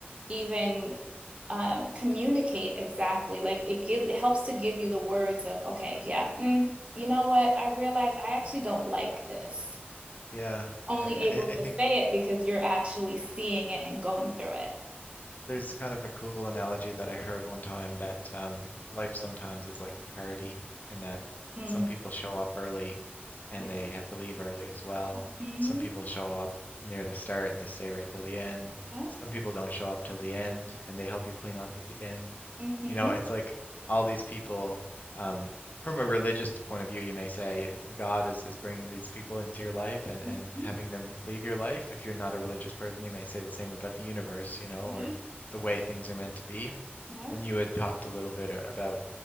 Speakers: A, on the right; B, on the left.
A: even um, communicate exactly. Like it give it helps to give you the words of, okay, yeah, mm, you know what? I realize I actually don't like this.
B: Yeah.
A: Only
B: I, I
A: able
B: I
A: to
B: think.
A: say it because you're actually seeing it and going through it.
B: There's kind of a cool analogy that I heard one time that um, life sometimes is like a party in that
A: Mm.
B: some people show up early and
A: Yeah.
B: they have to leave early as well.
A: Mm-hmm.
B: Some people show up near the start and they stay right till the end.
A: Yep.
B: Some people don't show up till the end and they help you clean up at the end.
A: Mm-hmm.
B: You know, it's like all these people, um, from a religious point of view, you may say God is, is bringing these people into your life and, and
A: Mm-hmm.
B: having them leave your life. If you're not a religious person, you may say the same about the universe, you know,
A: Yep.
B: or the way things are meant to be.
A: Yep.
B: And you had talked a little bit about